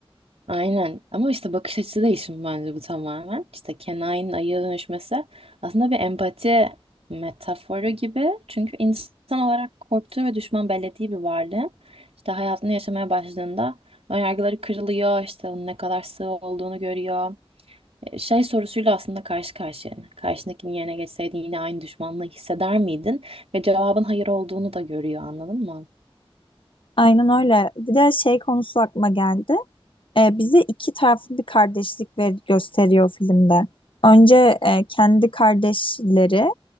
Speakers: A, on the right (about 90°); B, on the left (about 60°).
A: Aynen ama işte bakış açısı değişimi bence bu tamamen. İşte Kenai'nin ayıya dönüşmesi aslında bir empati metaforu gibi. Çünkü insan olarak korktuğu ve düşman bellediği bir varlığın işte hayatını yaşamaya başladığında önyargıları kırılıyor, işte onun ne kadar sığ olduğunu görüyor. E, Şey sorusuyla aslında karşı karşıya. yani. Karşındakinin yerine geçseydin yine aynı düşmanlığı hisseder miydin? Ve cevabın hayır olduğunu da görüyor anladın mı?
B: Aynen öyle. Bir de şey konusu aklıma geldi. E, bize iki taraflı bir kardeşlik ver gösteriyor filmde. Önce e, kendi kardeşleri